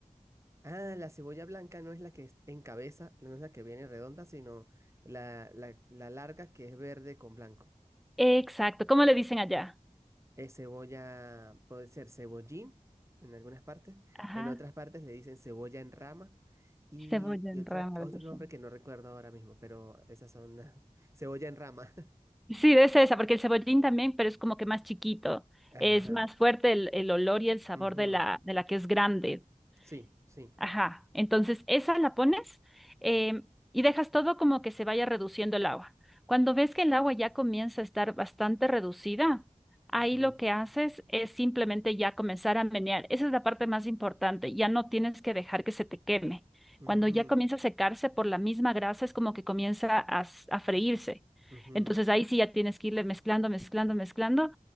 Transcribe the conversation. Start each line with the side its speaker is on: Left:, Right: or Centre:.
Right: Ah, la cebolla blanca no es la que es en cabeza, no es la que viene redonda, sino la, la, la larga que es verde con blanco.
Centre: Exacto, ¿cómo le dicen allá?
Right: Es cebolla, puede ser cebollín en algunas partes,
Centre: Ajá,
Right: en otras partes le dicen cebolla en rama y,
Centre: cebolla
Right: y
Centre: en
Right: otra,
Centre: rama,
Right: otro
Centre: le dicen.
Right: nombre que no recuerdo ahora mismo, pero esas son las- <laughs> cebolla en rama.
Centre: Sí, debe ser esa, porque el cebollín también, pero es como que más chiquito.
Right: <laughs> Ajá.
Centre: Es más fuerte el, el olor y el sabor
Right: ujú,
Centre: de la, de la que es grande.
Right: Sí, sí.
Centre: Ajá, entonces esa la pones em, y dejas todo como que se vaya reduciendo el agua. Cuando ves que el agua ya comienza a estar bastante reducida, ahí
Right: ujú,
Centre: lo que haces es simplemente ya comenzar a menear. Esa es la parte más importante, ya no tienes que dejar que se te queme.
Right: ujú,
Centre: Cuando ya comienza a secarse por la misma grasa, es como que comienza a, s- a freírse.
Right: ujú,
Centre: Entonces ahí sí ya tienes que irle mezclando, mezclando, mezclando.